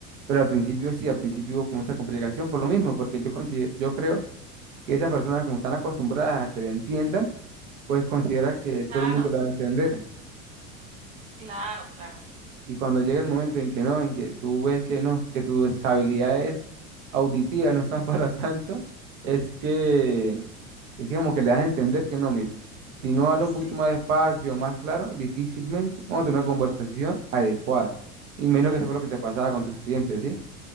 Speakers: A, on the right (about 60°); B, on the right (about 15°).
A: Pero al principio sí, al principio hubo como esa complicación por lo mismo, porque yo considero, yo creo que esas personas como están acostumbradas a que le entiendan, pues considera que todo
B: claro,
A: el mundo le va a entender.
B: claro, claro.
A: Y cuando llega el momento en que no, en que tú ves que no, que tus habilidades auditivas no están <laughs> para tanto, es que, es que como que le das a entender que no, mira, si no habla
B: Sí.
A: un poquito más despacio, más claro, difícilmente vamos a tener una conversación adecuada. Y menos que eso fue lo que te pasaba con tus clientes, ¿sí?